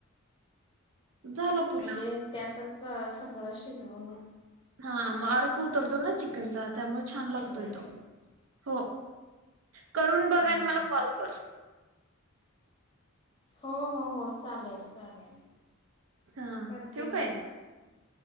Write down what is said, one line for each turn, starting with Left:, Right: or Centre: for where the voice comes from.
Right: झाला पुलाव
Left: म्हणजे त्यात तरच सगळं शिजवून
Right: हा मग अर्क उतरतो ना चिकनचा त्यामुळे छान लागतोय
Left: शिजवायचं.
Right: तो. हो. करून बघ
Left: हो
Right: आणि मला कॉल कर.
Left: हो हो हो चालेल चालेल.
Right: हा
Left: करते
Right: ठिव
Left: मी
Right: काय?